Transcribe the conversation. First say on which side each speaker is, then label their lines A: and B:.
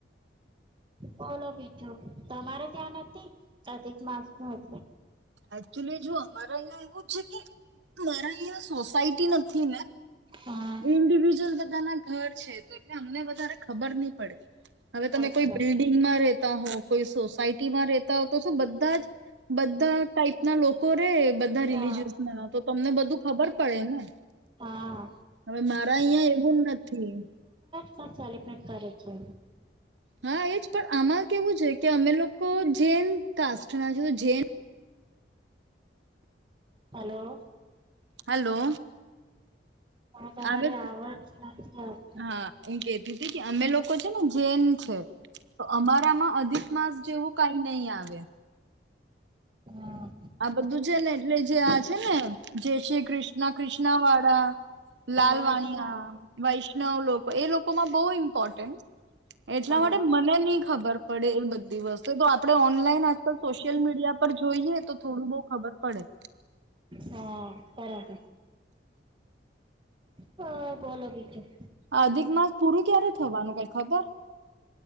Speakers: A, on the right; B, on the right.
A: બોલો બીજું તમારે ત્યાં નથી અધિક માસમાં
B: એકચુલી જો અમારે અહં એવું છે કે મારા અહિયાં સોસાયટી નથી ને
A: હા
B: ઇન્ડિવિજુઅલ બધા ના ઘર છે તો એટલે અમને વધારે ખબર નહ પડે હવે તમે
A: અચ્છા
B: કોઈ બિલ્ડિંગ માં ર હો કોઈ સોસાયટી માં રહેતા હો તોું બધા જ બધા ટાઈપ ના લોકો રે બધા રિલીજયસ
A: હા
B: ના તો તમને બધું ખબર પડે ને
A: હા
B: હવે મારા અહં એવું નથી
A: સા ચલે પ કર છે
B: હા એજ પણ આમાં કેવું છે કે અમે લોકો જેૈન કાસ્ટ ના છ જેન
A: હલોલો
B: હલો
A: પણ તમારી
B: આવે
A: આવજ નથી આવતી.
B: હા હું કેતી ત કે અમે લોકો છે ને જેૈન છે તો અમારામાં અધિક માસ જેવું કાઈ નહીં આવે
A: અચ્છા હા
B: આ બધું છે ને એટલે જે આ છે ને જે શ્રી કિષ્ણ કિષ્ણા વાડા લાલવાણિયા
A: અવાજ ના
B: વૈષ્ણવ લોક એ લોકોમાં બો ઇમ્પોર્ટન્ટ એટલા
A: હા
B: માટે મને ની ખબર પડે એ બ દિવસે તો આપણે ઓનલાઈન જ તો સોશિયલ મીડિયા પર જોઈએ તો બો ખબર પડે
A: હા બરાબર હા બોલો બીજું
B: અધિક માસ પૂરું ક્યારે થવાનું કઈ ખબર